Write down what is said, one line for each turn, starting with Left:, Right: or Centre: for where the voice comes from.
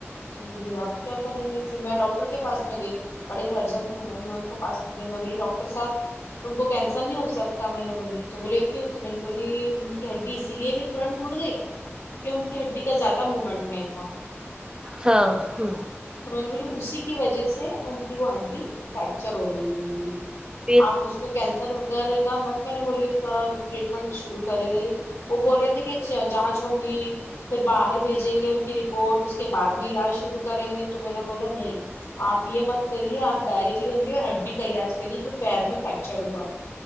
Left: تو میں بولیے آب کیا کریں گے پھر میں ڈاک ڈٹر کے پاس میں گئی بڑے سرجن تھے وہ میں ان کے پس میں گئی میں بولی ڈاکٹر صاحب ان کو کینسر نہیں ہو سکتا میں نے بولی تو بول کیوں تو میں نے بولی ان کی ہڈی اسی لیے بھی ٹورانت ٹوٹ گئی کیونکہ ان کی ہڈی کا زیاد تب موومنٹ نہیں تھا
Right: ہاں ہ
Left: تو میں نے بولی اسی کی وجہ سے ان کی وہ ہڈی فریکچر ہو گئی ہے میں نے بولی
Right: پھر
Left: آپ اس کو کینسر وغیرہ کا مت میں نے بولی اس کا ٹریٹمنٹ شروع کرے وہ بول رہے تھے کہ جانچ ہوں گی پھر باہر بھیجیں گے ان کی رپورٹ اس کے بعد میں علاج شروع کریں گے تو میں نے بولا نہیں آپ یہ مت کریے آپ ڈائریکٹلی ان کے ہڈی کا علاج کریے جو پیر میں فریکچر ہوا